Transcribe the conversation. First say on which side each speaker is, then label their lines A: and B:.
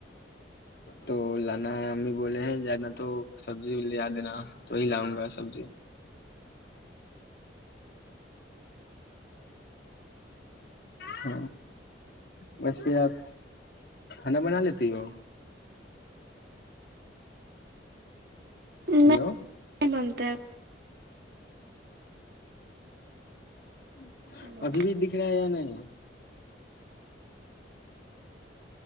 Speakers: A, on the left; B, on the right.
A: تو لانا ہے امی بولے ہیں جانا تو سبزی لےیا دینا تو ہی لاؤ گا سبزی ہ بس آپ کھانا بنا لیتی ہو
B: نہیں
A: ہیلو
B: نہیں بنتی ت
A: ج
B: ہلو
A: ابھی بھی دکھ رہا ہے ی نہیں